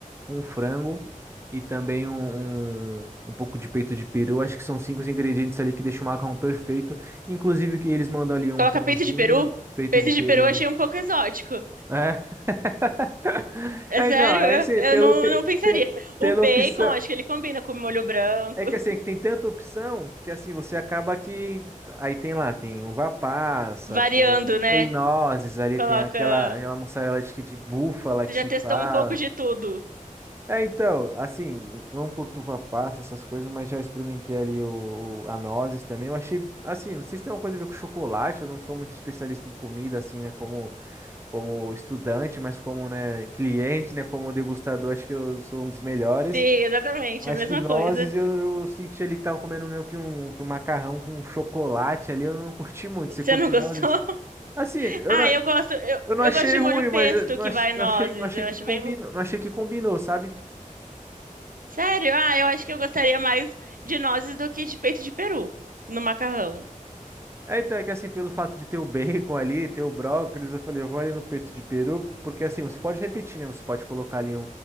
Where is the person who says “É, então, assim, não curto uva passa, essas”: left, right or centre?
Right